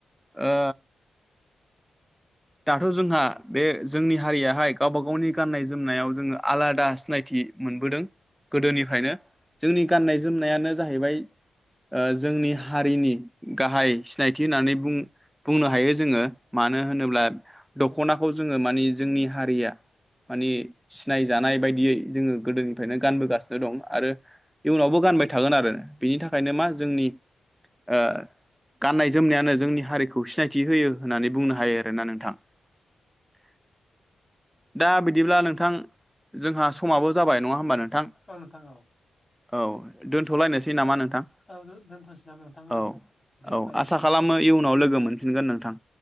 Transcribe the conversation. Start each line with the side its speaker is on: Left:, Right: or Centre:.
Centre: ओ दाथ' जोंहा बे जोंनि हारियाहाय गावबा गावनि गाननाय जोमनायाव जोङो आलादा सिनायथि मोनबोदों गोदोनिफ्रायनो जोंनि गाननाय जोमनायानो जाहैबाय ओ जोंनि हारिनि गाहाय सिनायथि होननानै बुं बुंनो हायो जोङो मानो होनोब्ला दख'नाखौ जोङो मानि जोंनि हारिया माने सिनायजानाय बायदियै जोङो जोंनिफ्रायनो गानबोगासिनो दं आरो इयुनावबो गानबाय थागोन आरो बिनि थाखायनो मा जोंनि ओ गाननाय जोमनायानो जोंनि हारिखौ सिनायथि होयो होननानै बुंनो हायो आरो ना नोंथां। <inaudible> दा बिदिब्ला नोंथां जोंहा समाबो जाबाय नङा होमबा नोंथां
Left: औ नोंथां औ
Centre: औ दोनथ'लायनोसै नामा नों थां
Left: औ दोनथ'नोसै नामा नोंथां
Centre: औ
Left: दे होमबा
Centre: औ
Left: बिदि
Centre: आसा खालामो
Left: बिदिबा
Centre: इयुनाव लोगो मोनफिनगोन नोंथां।